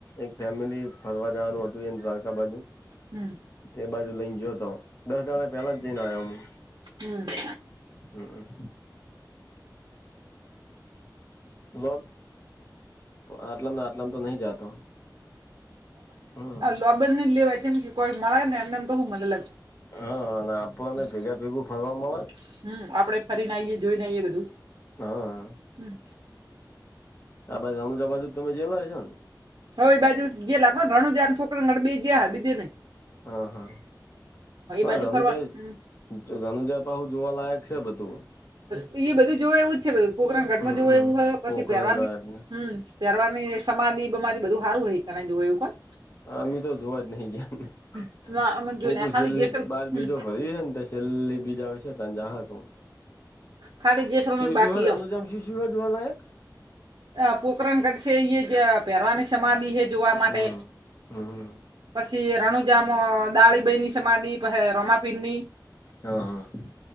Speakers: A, on the left; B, on the right.
A: એક ફેમિલી ફરવા જવાનું હતું એ દ્વારકા બાજુ...
B: હમ...
A: એબાજુ લઈ ને ગીયો તો દસ દાડા પેલા જ જઈને આવ્યો અમે...
B: હમ
A: હમ. <unintelligible> <inaudible> તો આટલામ આટલામ તો નહી જાતો. હમ....
B: બાબર ને લેવાય કેમ કે... <inaudible> કોઈ મળે ને એમને એમ તો હું મને
A: હા અને આપણને
B: <unintelligible>
A: ભેગા
B: <inaudible>
A: ભેગું ફરવા મળે
B: હમ આપણે ફરી ને આઈએ જોઈને આઈએ બધું
A: હા
B: હમ
A: આ બાજુ રણુજા બાજુ તમે જેલા હશો ને?
B: હવે એ બાજુ જે લાગવાને રણુજા અને પોખરણ ગયા બીજે નહી
A: હા હા પણ
B: બાજુ ફરવાનું
A: રણુજા રણુજા પાછું જોવાલાયક છે બધું
B: બીજું બધું જોય એવું જ છે બધું પોકરાણ ઘાટમાં
A: હમમ
B: જોય એવું હોય પછી
A: પોકરણગઢને
B: પહેરવાની હમ, પહેરવારની સમાધિ બમારી બધું સારું હ ગણે જોવું એવું પણ,
A: હ અમે તો જોવા જ નહી, ગયા
B: કોણ
A: હુંકુ
B: જોઈને ખાલી
A: છેલ્લી
B: જેસલ
A: બાદ
B: હમ
A: બીજો ભરી હેને ચેલ્લી બી જાઉ છે, તને જાહે કો
B: ખાલી જેસલમેર
A: <unintelligible>
B: બાકી
A: જોવાલાયક
B: હ પોકરણગઢસે એ જે <unintelligible> સમાધિ જોવા માટે
A: હમ હમ
B: પછી, રણુજામ દાળીભાઈની સમાધિ હે રોમાપિરની
A: હા હા